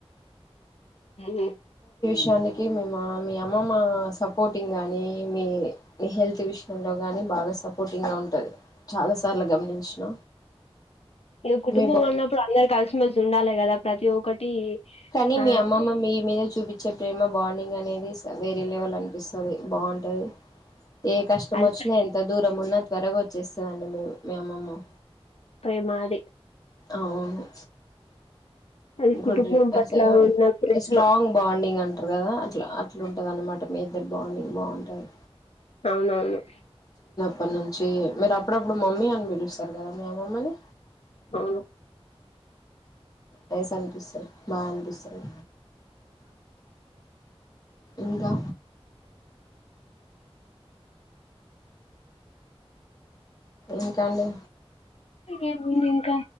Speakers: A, on the left (about 75°); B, on the left (about 35°).
A: ఉమ్,
B: విషానికి మేము మీ అమ్మమ్మ సపోర్టింగ్ గాని మీ హెల్త్ విషయంలో గాని బాగా సపోర్టింగ్ గా ఉంటది చాలా సార్లు గమనించిన
A: ఇగ కుటుంబం
B: మీ బా
A: అన్నప్పుడు అందరు కలిసిమెలిసి ఉండాలి కదా ప్రతి ఒక్కటి
B: కాని
A: ఆ
B: మీ అమ్మమ్మ మీ మీద చూపి వచ్చే ప్రేమ బాండింగ్ అనేది స వేరే లెవెల్ అనిపిస్తది బాగుంటది ఏ కష్టం
A: అది
B: వచ్చినా ఎంత దూరం ఉన్న త్వరగా వచ్చేస్తదండి మి అమ్మమ్మ
A: ప్రేమ అది
B: అవును
A: అది
B: గుడ్రీ
A: కుటుంబం పట్ల
B: అస
A: ఉన్న ప్రేమ
B: స్ట్రాంగ్ బాండింగ్ అంటరు కదా అట్లా అట్లుంటంది అన్నమాట మీ ఇద్దరు బాండింగ్ బాగుంటది
A: అవునవును
B: అప్పటి నుంచి మీరు అప్పుడప్పుడు మమ్మీ అని పిలుస్తారు కదా మీ అమ్మమ్మ ని
A: అవును
B: రైస్ అనిపిస్తది బా అనిపిస్తది ఇంకా ఇంకండి
A: ఏముంది ఇంకా